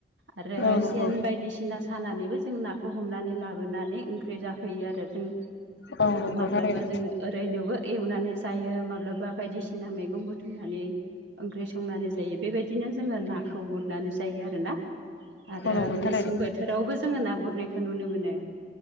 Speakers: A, on the right; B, on the left.
A: आरो
B: औ नंगौ
A: सेन बायदिसिना सानानैबो जों नाखौ हमनानै लाबोनानै ओंख्रि जा फैयो आरो जों
B: औ नंगौ
A: माब्लाबा
B: थारैनो
A: जोङो ओरैनोबो एवनानै जायो माब्लाबा बायदिसिना मैगं बुथुमनानै ओंख्रि संनानै जायो बेबायदिनो जोङो नाखौबो गुरनानै जायो आरोना आरो
B: औ नंगौ थारैनो
A: मेसें बोथोरावबो जोङो ना गुरनायखौ नुनो मोनो।